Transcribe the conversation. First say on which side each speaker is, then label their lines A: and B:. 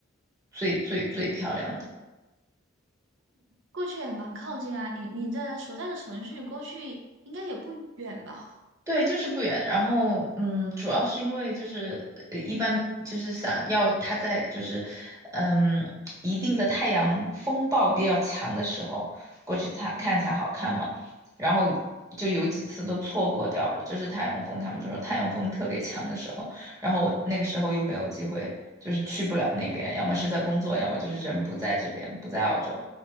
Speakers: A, on the right; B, on the right.
A: 最最最漂亮的。
B: 过去也蛮靠近啊，你你这所在的城市，你过去应该也不远吧？
A: 对，就是不远。然后，嗯，主要是因为就是呃一般就是想要他在就是，嗯，一定的太阳风暴比较强的时候过去才看才好看嘛。然后就有几次都错过掉了，就是太阳风，他们就说太阳风特别强的时候，然后我那个时候又没有机会，就是去不了那边，要么是在工作，要么就是人不在这边，不在澳洲，